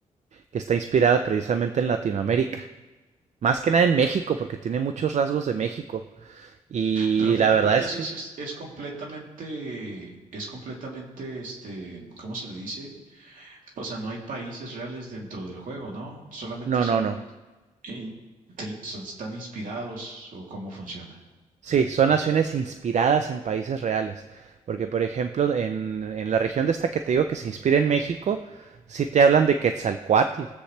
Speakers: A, on the right; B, on the right.
A: que está inspirada precisamente en Latinoamérica. Más que nada en México, porque tiene muchos rasgos de México. Y
B: Pero a fin
A: la
B: de
A: verdad
B: cuentas
A: es que
B: es, es, es completamente, es completamente, este, ¿cómo se le dice? O sea, no hay países reales dentro del juego, ¿no? Solamente
A: No,
B: son,
A: no, no.
B: eh, te- son- están inspirados o cómo funciona.
A: Sí, son naciones inspiradas en países reales. Porque, por ejemplo, en, en la región de esta que te digo que se inspira en México, sí te hablan de Quetzalcoatl,